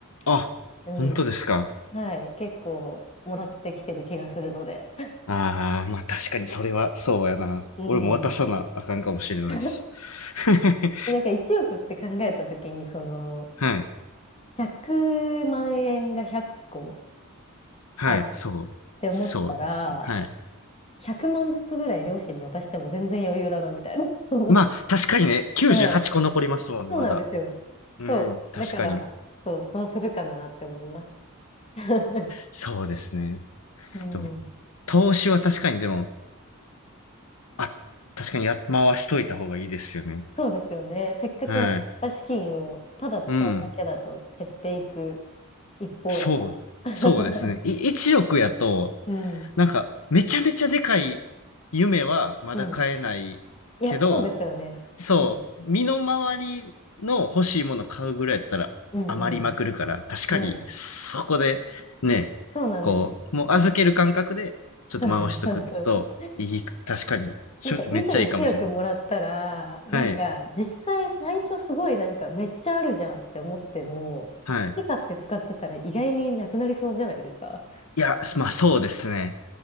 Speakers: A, on the left; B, on the left.
A: あ、
B: うん。
A: 本当ですか。
B: はい。結構もらってきてる気がするので。
A: ああー、まあ確かにそれはそうやな。
B: うん。
A: 俺も渡さなあかんかもしれないです。
B: <laughs>
A: <laughs>
B: なんか1億って考えたときに、その、
A: はい。
B: 100万円が100個
A: はい。
B: あるっ
A: そう。
B: て思ったら、
A: そうですね。はい。
B: 100万ずつぐらい両親に渡しても全然余裕だな、みたいな。<laughs>
A: まあ、確かにね、98個残りますもんね、
B: はい。<laughs> そうなんですよ。
A: まだ。うん、
B: そう。
A: 確かに。
B: だから、そう、そうするかなって思います。<laughs>
A: そうですね。
B: うん。
A: でも、投資は確かに、でも、あ、確かにや、回しといた方がいいですよね。
B: そうですよね。せっかくもらった資金をただ使うだけだと減っていく
A: はい。うん。
B: 一方だから。
A: そう、
B: <laughs>
A: そうですね。い、1億やと、
B: うん。
A: なんか、めちゃめちゃでかい夢はまだ買えないけど、
B: うん。いや、そうですよね。
A: そう、
B: うん。
A: 身の回りの欲しいもの買うぐらいやったら余りまくるから、
B: うん、うん。
A: 確かにそこでね、
B: うん。そうなんですよ。
A: こう、もう預ける感覚でちょっと回しとくといい、
B: そうそうそうそう。
A: 確かに、ちょ、
B: なんか、いざ1億もらったら、
A: めっちゃいいかもしれないです。
B: なんか、
A: はい、
B: 実際最初すごいなんか、めっちゃあるじゃんって思っても、
A: はい。
B: 好き勝手使ってたら意外になくなりそうじゃないですか。
A: いや、まあそうですね。